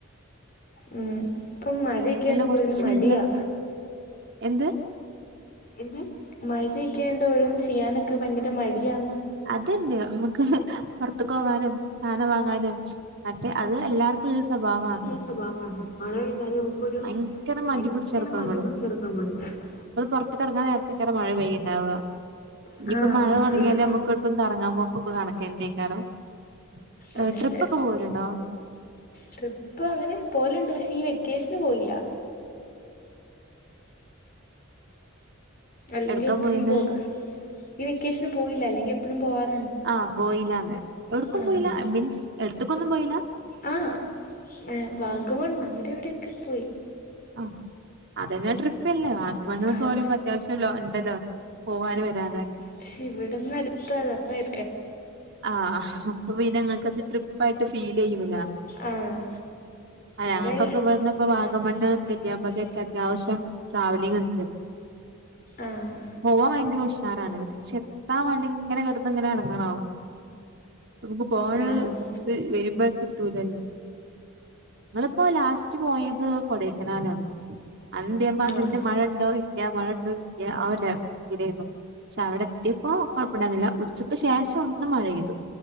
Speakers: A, on the left (about 45°); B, on the right (about 55°).
A: ഉം ഇപ്പം മഴൊക്കെയാണ്ട് കൂടുതൽ
B: കുറച്ചെങ്കിലൊക്കെ
A: മടിയാ
B: എന്ത്
A: എന്ത് മഴൊക്കേയോണ്ട് ഓരോന്ന് ചെയ്യാനൊക്കെ ഭയങ്കര മടിയാണന്ന്
B: അതെല്ല നമുക്ക് പൊറ്ത്ത്ക്ക്പോവാനും സാധനം വാങ്ങാനും മറ്റേ അത് എല്ലാർക്കും സ്വഭാവാണ്
A: സ്വഭാവാണ് മഴ പെയ്താല് നമുക്കൊരു
B: ഭയങ്കര മടി
A: ഭയങ്കര
B: പിടിച്ച് നടക്കും
A: മടി
B: നമ്മള്
A: പിട്ച്ച്ക്കെട്ക്കാ <unintelligible>
B: അത് പൊറ്ത്ത്ക്കെറ്ങ്ങാൻ നേരത്തെയ്ക്കാരം മഴ പെയ്യ്ണ്ടാവ ഇനിപ്പം
A: ഇനിയിപ്പോ
B: മഴ തൊടങ്യാല്നമ്മക്ക് ക്കൊട്ക്കും കറങ്ങാൻ പോക്കൊക്കെ കണക്കെന്നെയ്ക്കാരം <unintelligible>
A: അതെ
B: ട്രിപ്പ്
A: അതെ
B: ഒക്കെ പോവലുണ്ടോ
A: ട്രിപ്പ് അങ്ങനെ പോലുണ്ട് പക്ഷെ ഈ വെക്കേഷന് പോയില്ല അല്ലെങ്കിൽ
B: എവിട്ക്കാ
A: എപ്പഴും
B: പോയിന്ന്
A: പോക ഈ വെക്കേഷന് പോയില്ല അല്ലെങ്കിൽ എപ്പഴും പോവാറ്
B: ആഹ് പോയില്ലാന്ന് എവ്ട്ക്കും
A: ആഹ്
B: പോയില്ല മീൻസ് എടുത്ത്ക്കൊന്നും പോയില്ല
A: ആഹ് ഏ വാഗമൺ അവിടെ ഇവിടെക്കെ പോയി
B: ആ അതെന്നെ ട്രിപ്പല്ലേ വാഗമണ്ണ്ന്നൊക്കെപറയുമ്പോ
A: ആഹ്
B: അത്യാവശ്യ ല്ലോ ഉണ്ടല്ലോ പോവാൻ വരാന്
A: പക്ഷെ ഇവിടന്ന് അടുത്ത് അതാ അപ്പൊ ഏ
B: ആഹ് അപ്പൊ പിന്നെ ഇങ്ങക്കത് ട്രിപ്പായിട്ട് ഫീൽ ചെയ്യൂല
A: ആഹ്
B: അതെ
A: ഇവിടെ
B: ഞങ്ങൾക്കൊക്കെ ഇവെട്ന്ന്പ്പോ വാഗമണ്ണ്
A: ഇപ്പോ
B: നെല്ല്യാംപതിഒക്കെ
A: കിട്ടിയപ്പോഴേക്ക്
B: അത്യാവശ്യം ട്രാവലിങ് ഉണ്ട്
A: ആഹ്
B: പോവാൻ ഭയങ്കര ഉഷാറാണ് തിരിച്ച് താൻ വണ്ടി ഇങ്ങനെ കിടുന്ന ഇങ്ങനെ എടങ്ങേറാകും നമുക്ക് പോണ്
A: ആഹ്
B: ഇത് വരുമ്പോ കിട്ടൂലല്ലോ നിങ്ങളപ്പോ ലാസ്റ്റ് സ്റ്റ്പോയത് കൊടൈക്കനാലാണ് അന്തേ മാതിരിന്റെ
A: ആഹ്
B: മഴണ്ടോ ഇല്ല്യ മഴണ്ടോ ഇല്ല്യ <unintelligible> പക്ഷെ അവിടെ എത്തിയപ്പോ കൊഴപ്പുണ്ടായിന്നില്ല ഉച്ചക്ക് ശേഷം മഴെയ്തു